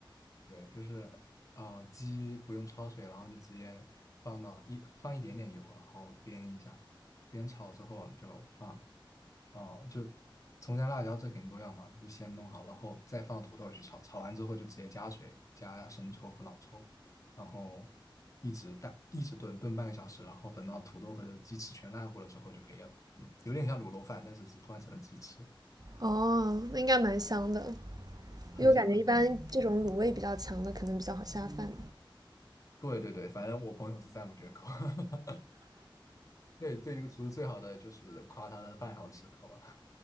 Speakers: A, on the left (about 40°); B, on the right (about 50°).
A: 对，就是啊、呃鸡不用焯水，然后就直接放到一放一点点油，然后煸一下，煸炒之后就放哦，就葱姜辣椒这肯定都要嘛，就先弄好，然后再放土豆去炒，炒完之后就直接加水，加生抽和老抽，然后一直大一直炖，炖半个小时，然后等到土豆和的鸡翅全烂糊了之后就可以了。嗯，有点像卤肉饭，但是只是换成了鸡翅，
B: 哦，那应该蛮香的，
A: 很香很香。
B: 因为我感觉一般这种卤味比较强的，可能比较好下饭。
A: 对对对，反正我朋友是赞不绝口。<laughs> 对，对一个厨师最好的就是夸他的饭好吃，好吧？